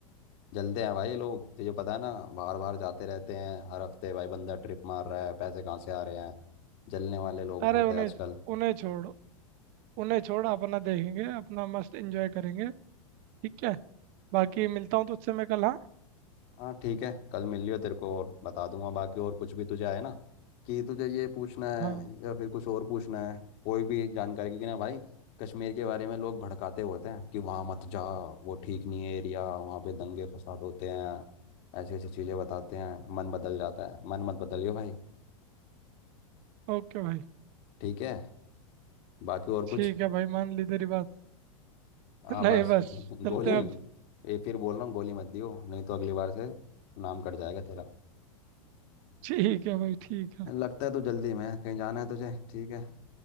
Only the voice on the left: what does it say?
जलते हैं भाई लोग तुझे पता है ना बाहर बाहर जाते रहते हैं हर हफ्ते भाई बंदा ट्रिप मार रहा है पैसे कहाँ से आ रहे हैं जलने वाले लोग बहुत
है आजकल
हाँ ठीक है कल मिल लियो तेरे को और बता दूंगा बाकी और कुछ भी तुझे आए ना कि तुझे ये पूछना है
या फिर कुछ और पूछना है कोई भी जानकारी क्योंकि ना भाई कश्मीर के बारे में लोग भड़काते होते हैं कि वहाँ मत जा वो ठीक नहीं है एरिया वहाँ पे दंगे फसाद होते हैं ऐसी ऐसी चीज़ें बताते हैं मन बदल जाता है मन मत बदलियो भाई
ठीक है बाकी और
कुछ
हाँ
बस
<laughs>
गोली
ये
फिर बोल रहा हूँ गोली मत दियो नहीं तो अगली बार से नाम कट जाएगा तेरा
लगता है तू जल्दी में है, कहीं जाना है तुझे ठीक है